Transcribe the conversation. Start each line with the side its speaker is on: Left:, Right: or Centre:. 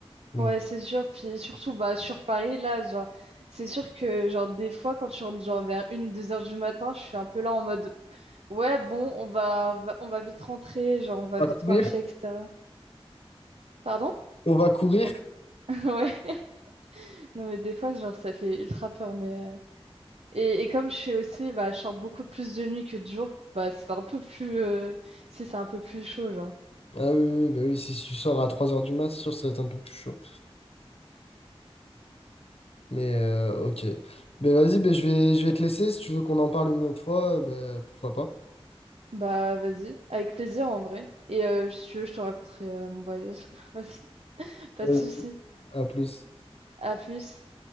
Left: Donc,
Right: Ouais, c'est sûr. Puis surtout, bah, sur Paris, là, genre, c'est sûr que, genre, des fois, quand je rentre, genre, vers une, deux heures du matin, je suis un peu là en mode, ouais, bon, on va, on va on va vite rentrer, genre, on va
Left: on
Right: vite
Left: va courir.
Right: marcher, etc. Pardon?
Left: On va courir.
Right: Je pense. <laughs> Ouais. Non, mais des fois, genre, ça fait ultra peur, mais, euh, Et, et comme je fais aussi, bah, je sors beaucoup plus de nuit que de jour, bah, c'est un peu plus, euh, c'est c'est un peu plus chaud, genre.
Left: Ah oui, oui, oui, bah oui, si tu sors à trois heures du mat, c'est sûr, ça va être un peu plus chaud. Mais, euh, ok. Ben vas-y, ben, je vais, je vais te laisser. Si tu veux qu'on en parle une autre fois, euh, ben, pourquoi pas.
Right: Bah, vas-y. Avec plaisir, en vrai. Et, euh, si tu veux, je te raconterai, euh, mon voyage <laughs> aussi. Pas
Left: Vas-y,
Right: de souci.
Left: À plus.
Right: À plus.